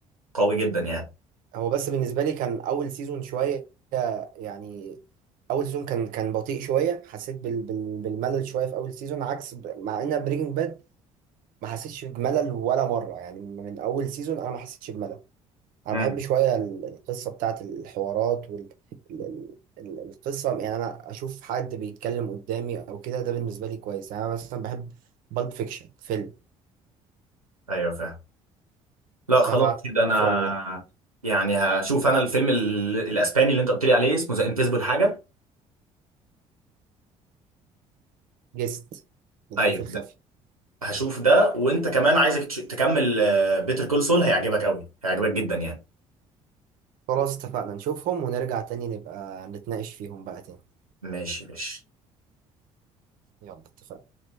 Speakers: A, on the right (about 85°); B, on the right (about 50°).
A: قوي جدا يعني
B: هو بس بالنسبة لي كان أول سيزون شوية يعني أول سيزون كان كان بطيء شوية حسيت بال بال بالملل شوية في أول سيزون عكس ب... مع إن بريكنج باد ما حسيتش بملل ولا مرة يعني من أول سيزون أنا ما حسيتش بملل أنا
A: امم
B: بحب شوية ال- القصة بتاعت الحوارات وال ال- ال- ال- القصة يعني أنا أشوف حد بيتكلم قدامي أو كده ده بالنسبة لي كويس يعني أنا مثلا بحب بالب فيكشن فيلم
A: ايوه فاهم لا
B: مش
A: خلاص
B: عارف عارفه
A: كده انا
B: ولا لأ
A: يعني هشوف انا الفيلم ال- الاسباني اللي انت قلت لي عليه اسمه ذا انفيزبل حاجه
B: جست الضيف
A: ايوه
B: الخفي
A: ده. هشوف ده وانت كمان عايزك تش- تكمل بيتر كول سول هيعجبك قوي هيعجبك جدا يعني
B: خلاص اتفقنا نشوفهم ونرجع تاني نبقى نتناقش فيهم بقى تاني
A: ماشي ماشي
B: يلا اتفقنا